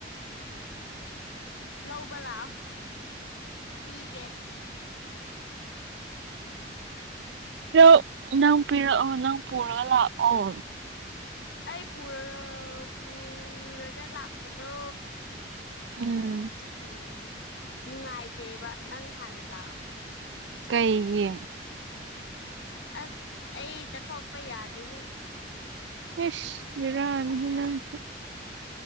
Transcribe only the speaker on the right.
ꯄꯤꯔꯛ ꯅꯪ ꯄꯤꯔꯛꯑꯣ ꯅꯪ ꯄꯨꯔꯒ ꯂꯥꯛꯑꯣ꯫
ꯎꯝ
ꯀꯩꯒꯤ
ꯏꯁ ꯚꯦꯔꯥꯅꯤ ꯅꯪꯁꯨ꯫